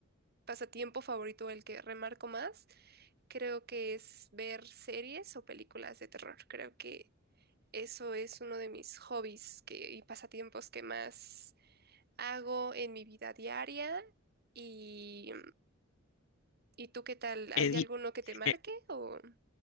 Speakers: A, on the right (about 50°); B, on the left (about 80°).
A: pasatiempo favorito, el que remarco más, creo que es ver series o películas de terror. Creo que eso es uno de mis hobbies que, y pasatiempos que más hago en mi vida diaria. Y, ¿y tú qué tal? ¿Hay
B: Eh,
A: alguno
B: y-
A: que te marque
B: eh,
A: o...?